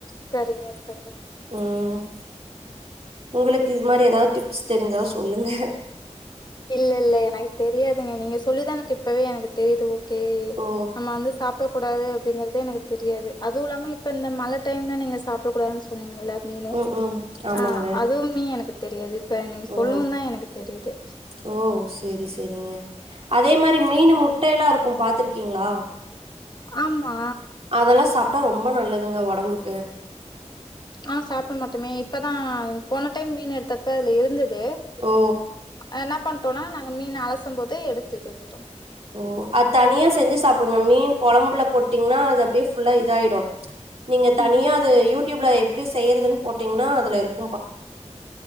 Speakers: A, on the left; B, on the right.
A: செரிங்க செரிங்க
B: ம் ஒங்களுக்கு இது மாரி எதாவது டிப்ஸ் தெரிஞ்சா சொல்லுங்க
A: இல்ல இல்ல எனக்கு தெரியாதுங்க நீங்க சொல்லிதா எனக்கு இப்பவே எனக்கு தெரியுது கே
B: ஓ
A: நம்ம வந்து சாப்ட கூடாது அப்டிங்கிறதே எனக்கு தெரியாது அதுவும் இல்லாம இப்ப இந்த மழ டைம்ல நீங்க சாப் டக்கூடாதுன் சொன்னீங்க இல்ல மீனு
B: ம் ம் ஆமாங்க
A: ஆ அதுவுமே எனக்கு தெரியாது இப்ப நீங்க
B: ஓ
A: சொல்லவுந்தா எனக்கு தெரியிது
B: ஓ செரி செரிங்க அதே மாரி மீனு முட்ட எல்லா இருக்கும் பாத்துருக்கீங்ளா
A: ஆமா
B: அதெல்லா சாப்ட்டா ரொம்ப நல்லதுங்க ஒடம்புக்கு
A: ஆனா சாப்டமாட்டமே இப்பதா போன டைம் மீன் எடுத்தப்ப அதுல இருந்தது
B: ஓ
A: ஆ என்னா பண்டோன்னா நாங்க மீன அலசம் போதே எடுத்துக்க கேட்டோ
B: ஓ அது தனியா செஞ்சி சாப்புடுங்க மீன் கொழம்புல போட்டீங்ன்னா அது அப்டே ஃபுல்லா இதாயிடு நீங்க தனியா
A: ம்.
B: அத யூடியூப்ல எப்டி செய்யறதுன் போட்டீங்கன்னா அதுல இருக்கும் பா